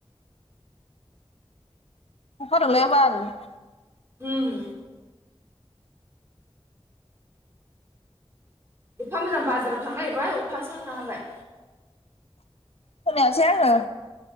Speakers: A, on the left (about 75°); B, on the right (about 25°).
A: <unintelligible>
B: उम एफा मोजां बाजाराव थांनागिरबाय अखासो हाना होबाय।
A: खोनायासै आङो।